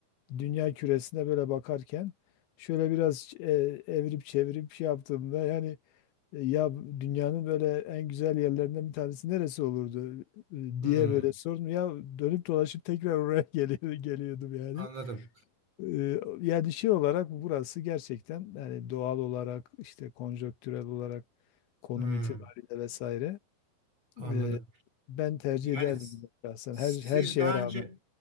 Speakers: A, on the left (about 80°); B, on the right (about 40°).
A: Dünya küresine böyle bakarken şöyle biraz eee, evirip çevirip şey yaptığımda yani e, ya dünyanın böyle en güzel yerlerinden bir tanesi neresi olurdu e,
B: Hmm,
A: diye böyle sordum. Ya dönüp dolaşıp tekrar oraya <laughs> geliyor, geliyordum yani.
B: anladım.
A: Ee, Yani şey olarak burası gerçekten yani doğal olarak işte konjonktürel olarak konum
B: Hmm,
A: itibariyle vesaire
B: anladım.
A: e, ben tercih
B: Yani
A: ederdim
B: s-
A: şahsen
B: siz
A: her her şeye
B: daha
A: rağmen.
B: önce